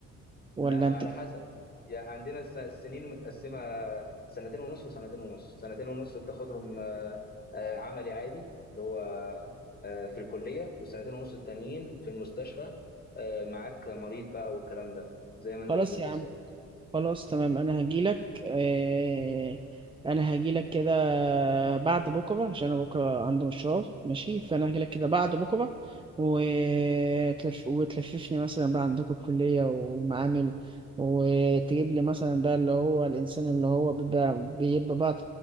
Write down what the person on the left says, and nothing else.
لا على
حسب يعني عندنا الس- السنين متقسمه سنتين ونص وسنتين ونص سنتين ونص بتاخدهم آه، آه، عملي عادي اللي هو آه، في الكليه والسنتين ونص التانيين في المستشفى آه، معاك مريض بقى والكلام ده زي ما
انت بتقول
بالظبط